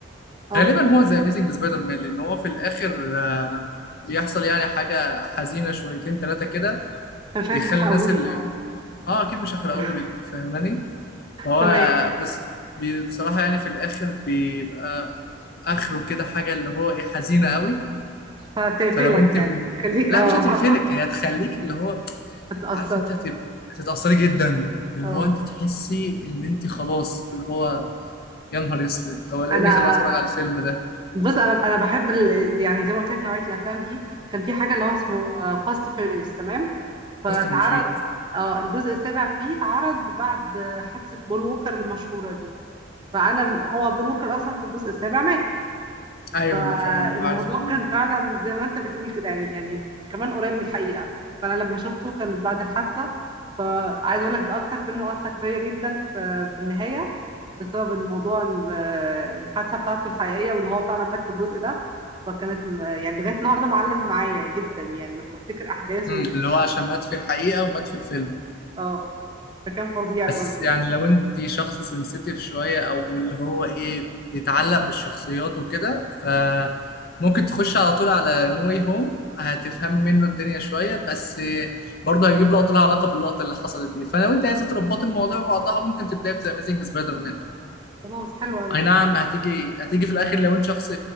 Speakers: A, on the right (about 25°); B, on the left (about 50°).
A: اه
B: غالبا هو ذا أميزنج سبايدر مان لأن هو في الآخر آه، بيحصل يعني حاجة حزينة شويتين تلاتة كده
A: انت مش عايز
B: بيخلي
A: تحرقهولي
B: الناس اللي
A: طبعا
B: اه اكيد مش هحرقهولك
A: <laughs>
B: فاهماني فهو
A: تمام
B: بس بي- بصراحة يعني في الآخر بيبقى آخره كده حاجة اللي هو إيه حزينة قوي
A: فتقفلك
B: فلو أنت
A: يعني
B: من
A: تخليك
B: لا
A: اه
B: مش هتقفلك
A: <laughs>
B: هي هتخليك اللي هو
A: هتأثر
B: عارفة أنت هتبقى هتتأثري جدا اللي
A: اه
B: هو أنت تحسي إن أنت خلاص اللي هو يا نهار أسود طب أنا
A: انا
B: إيه اللي خلاني أتفرج على الفيلم ده
A: بص انا انا بحب ال... يعني زي ما قلت لك نوعيه الافلام دي كان في حاجه اللي هو اسمه فاست فيريوس تمام فتعرض
B: فاست أند فيوريوس
A: اه الجزء السابع فيه اتعرض بعد حادثه بول ووكر المشهوره دي فانا هو بول ووكر اصلا في الجزء السابع مات
B: أيوه
A: فالموضوع
B: أنا فاهم أنا عارف المهم
A: كان فعلا زي ما انت بتقول كده يعني يعني كمان قريب من الحقيقة فانا لما شفته كانت بعد الحادثة فعايز اقول لك ده اكتر فيلم اثر فيا جدا في, في النهاية بسبب الموضوع ال- الحادثة بتاعته الحقيقية وان هو فعلا مات في الجزء ده فكانت م- يعني لغاية النهاردة معلم معايا جدا يعني لما افتكر احداثه
B: اللي
A: وكل
B: هو
A: حاجة
B: عشان مات في الحقيقة ومات في الفيلم
A: اه فكان فظيع
B: بس
A: برضو
B: يعني لو انت شخص سنسيتيف شوية او اللي هو ايه بيتعلق بالشخصيات وكده فممكن تخش على طول على نو واي هوم هتفهم منه الدنيا شوية بس برضه هيجيب لقطة لها علاقة باللقطة اللي حصلت دي فلو انت عايزة تربطي الموضوع ببعضها ممكن تبدأي بذا اميزنج سبايدر مان
A: خلاص حلو قوي
B: اي نعم هتيجي هتيجي في الاخر لو انت شخص